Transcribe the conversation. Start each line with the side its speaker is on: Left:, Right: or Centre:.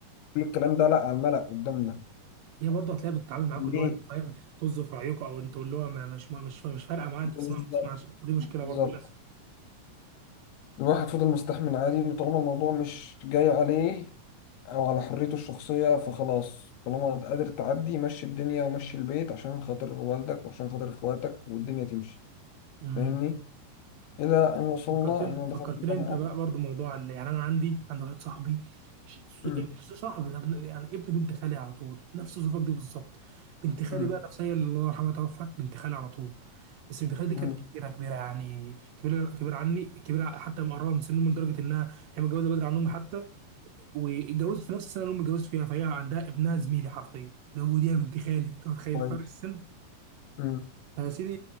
Left: بتقولي الكلام ده لا على الملأ قدامنا
Right: هي برضه هتلاقيها بتتعامل معاكم
Left: فليه
Right: اللي هو انت فاهم طز في رايكم او انتوا اللي هو ما- مش مش مش فارقه معاه
Left: بالظبط
Right: انت تسمع ما تسمعش ودي مشكله
Left: بالظبط
Right: برضه للاسف
Left: الواحد فضل مستحمل عادي وطالما الموضوع مش جاي عليه او على حريته الشخصيه فخلاص طالما قادر تعدي مشي الدنيا ومشي البيت عشان خاطر والدك وعشان خاطر اخواتك والدنيا تمشي
Right: امم
Left: فاهمني الى ان وصلنا
Right: فكرتني
Left: ان انا
Right: فكرتني
Left: دخلت الجامعه
Right: انت بقى برضه موضوع اللي يعني انا عندي عندي واحد صاحبي ش- س-
Left: امم
Right: مش صاحبي ده ابن- يعني ابن بنت خالي على طول نفس ظروفك دي بالظبط بنت خالي
Left: امم.
Right: بقى نفسها هي اللي الله يرحمها توفت بنت خالي على طول بس بنت خالي دي
Left: مم.
Right: كانت كبيره كبيره يعني كبيره كبيره عني كبيره حتى مقربه من سن امي لدرجه انها هي متجوزه بدري عن امي حتى واتجوزت في نفس السنه اللي امي اتجوزت فيها فهي عندها ابنها زميلي حرفيا ده ودي يا بنت خالي انت متخيل
Left: كويس
Right: فرق السن
Left: مم.
Right: فيا سيدي